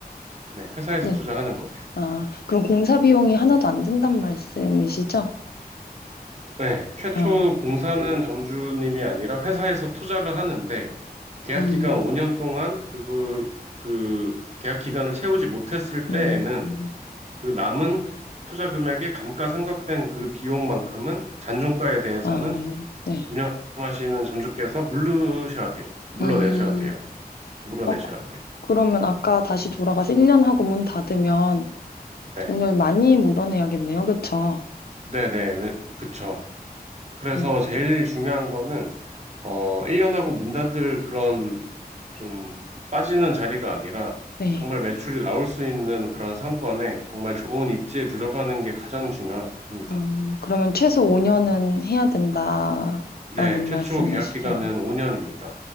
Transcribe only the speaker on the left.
네.
아, 그럼 공사 비용이 하나도 안 든단 말씀이시죠?
아,
음,
음,
음.
아, 네.
음.
어,
그- 러면 아까 다시 돌아가서 1년 하고 문 닫으면
돈을 많이 물어내야겠네요. 그쵸?
음,
네.
음, 그러면 최소 5년은 해야 된다라는
말씀이시죠?